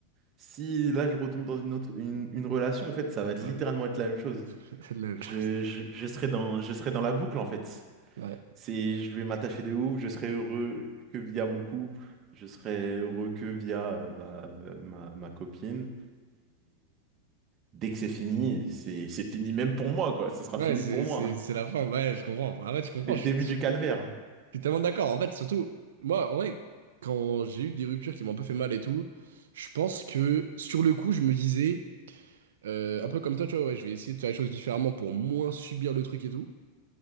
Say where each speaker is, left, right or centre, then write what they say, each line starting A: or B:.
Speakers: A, on the right; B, on the right.
A: si là, je retombe dans une autre, une, une relation, en fait, ça va
B: enfin,
A: être littéralement
B: la même chose.
A: être la même chose.
B: <laughs> La même
A: Je,
B: chose.
A: je, je serai dans, je serai dans la boucle, en fait.
B: Ouais.
A: C'est, je vais m'attacher de ouf, je serai heureux que via mon couple, je serai heureux que via euh, bah, ma, ma copine. Dès que c'est fini, c'est c'est fini même pour moi, quoi. Ce sera
B: Ouais,
A: fini
B: c'est
A: pour moi.
B: c'est- c'est la fin, ouais, je comprends. Ah ouais, tu comprends,
A: <laughs> C'est le
B: je
A: début
B: suis...
A: du calvaire.
B: Je suis tellement d'accord. En fait, surtout, moi, en vrai, quand j'ai eu des ruptures qui m'ont un peu fait mal et tout, je pense que sur le coup, je me disais, euh, un peu comme toi, tu vois, ouais, je vais essayer de faire les choses différemment pour moins subir le truc et tout.